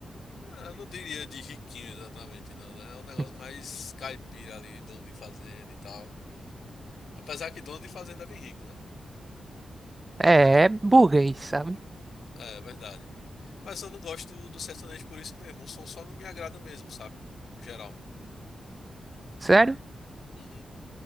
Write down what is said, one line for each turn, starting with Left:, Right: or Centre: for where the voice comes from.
Left: Ah, eu não diria de riquinho exatamente não, né? É um negócio
Right: <laughs>
Left: mais caipira ali, dono de fazenda e tal. Apesar que dono de fazenda é bem rico, né?
Right: É, é burguês, sabe?
Left: É, é verdade. Mas eu não gosto do sertanejo por isso mesmo. O som só não me agrada mesmo, sabe? No geral.
Right: Sério?
Left: Uhum.